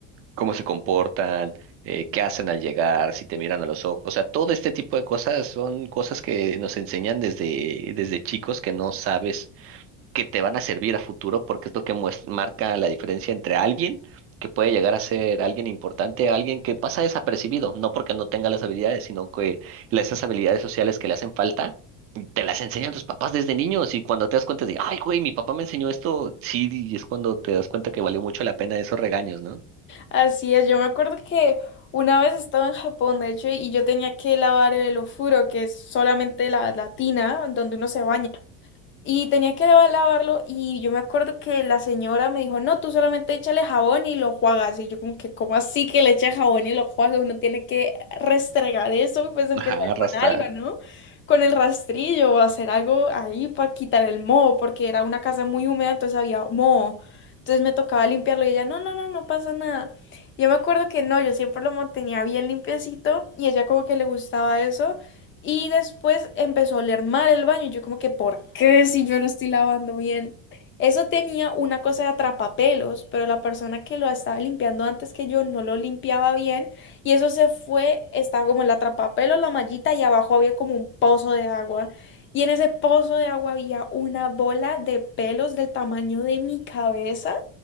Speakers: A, on the right; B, on the left.
A: cómo se comportan, eh, qué hacen al llegar, si te miran a los ojos. O sea, todo este tipo de cosas son cosas que nos enseñan desde, desde chicos que no sabes que te van a servir a futuro porque es lo que mues- marca la diferencia entre alguien que puede llegar a ser alguien importante, alguien que pasa desapercibido, no porque no tenga las habilidades, sino que la- esas habilidades sociales que le hacen falta. Te las enseñan tus papás desde niños y cuando te das cuenta de, ay, güey, mi papá me enseñó esto, sí, y es cuando te das cuenta que valió mucho la pena esos regaños, ¿no?
B: Así es, yo me acuerdo que una vez estaba en Japón, de hecho, y yo tenía que lavar el ofuro, que es solamente la, la tina donde uno se baña. Y tenía que lava- lavarlo y yo me acuerdo que la señora me dijo, no, tú solamente échale jabón y lo enjuagas. Y yo como que, ¿cómo así que le eche jabón y lo enjuaga? Uno tiene que restregar eso, pues aunque
A: Ajá,
B: sea
A: rasta.
B: con algo, ¿no? Con el rastrillo o hacer algo ahí para quitar el moho, porque era una casa muy húmeda, entonces había moho. Entonces me tocaba limpiarlo y ella, no, no, no, no pasa nada. Yo me acuerdo que no, yo siempre lo mantenía bien limpiecito y ella como que le gustaba eso. Y después empezó a oler mal el baño. y Yo como que, ¿por qué si yo lo estoy lavando bien? Eso tenía una cosa de atrapapelos, pero la persona que lo estaba limpiando antes que yo no lo limpiaba bien y eso se fue, estaba como el atrapapelos, la mallita y abajo había como un pozo de agua. Y en ese pozo de agua había una bola de pelos del tamaño de mi cabeza